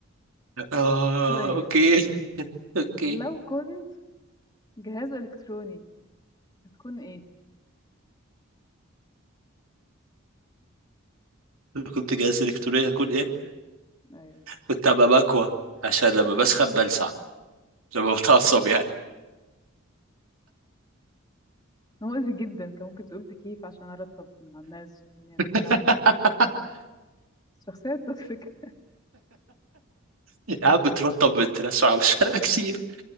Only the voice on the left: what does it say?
طيب
لو كنت جهاز الكتروني هتكون ايه
ايوه
مؤذي جدا كان ممكن تقول تكييف عشان ارطب مع الناس والدنيا
تحلو الشخصيه التوكسيك